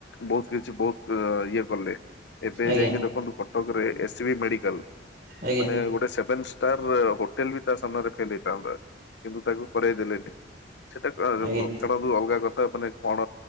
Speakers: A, on the left; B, on the right.
A: ବହୁତ କିଛି ବହୁତ ଇଏ କଲେ ଏବେ
B: ଆଜ୍ଞା
A: ଯାଇକି ଦେଖନ୍ତୁ। କଟକରେ ଏ ସି ବି ମେଡିକାଲ
B: ଆଜ୍ଞା
A: ମାନେ ଗୋଟେ ସେଭନ୍ସ ତାର ହୋଟେଲ ବି ତା ସାମ୍ନାରେ ଫେଲ ହେଇଥାନ୍ତା କିନ୍ତୁ ତାକୁ କରେଇ ଦେଲେନି। ସେଟା
B: ଆଜ୍ଞା
A: ଛାଡନ୍ତୁ ଅଲଗା କଥା ମାନେ କଣ